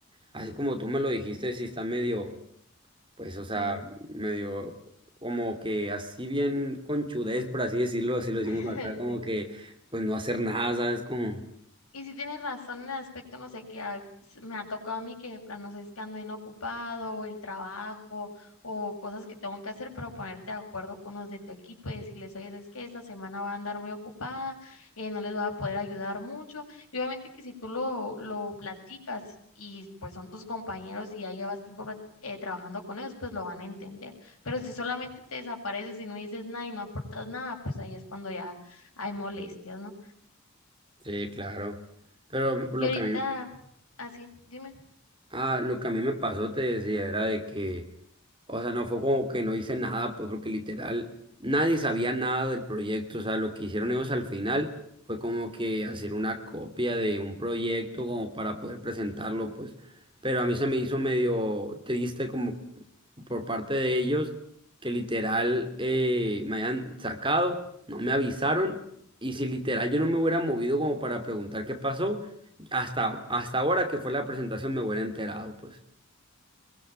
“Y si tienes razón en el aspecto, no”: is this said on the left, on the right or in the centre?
Left